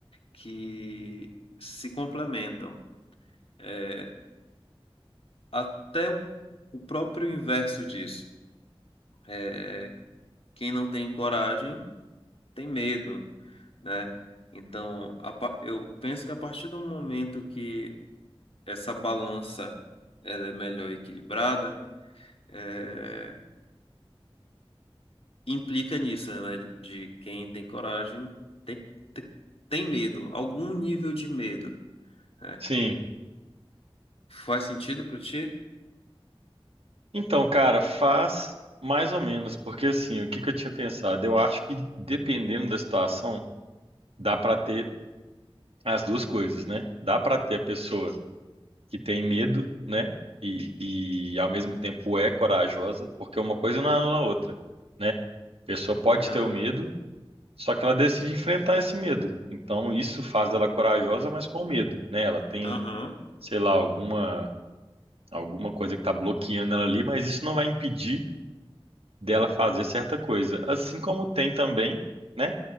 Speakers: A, on the left; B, on the right.
A: que se complementam. É, até o, o próprio inverso disso. É, quem não tem coragem tem medo, né? Então, a pa- eu penso que a partir do momento que essa balança ela é melhor equilibrada, eh, implica nisso, né? De quem tem coragem tem, tem, tem medo, algum nível de medo. É.
B: sim.
A: Faz sentido pra ti?
B: Então, cara, faz mais ou menos, porque assim, o que que eu tinha pensado? Eu acho que dependendo da situação, dá pra ter as duas coisas, né? Dá pra ter a pessoa que tem medo, né? E, e ao mesmo tempo é corajosa, porque uma coisa não anula a outra, né? A pessoa pode
A: Aham,
B: ter o medo Só que ela decide enfrentar esse medo. Então isso faz dela corajosa, mas com medo, né? Ela tem,
A: aham,
B: sei lá, alguma alguma coisa que tá bloqueando ela ali, mas isso não vai impedir dela fazer certa coisa. Assim como tem também, né?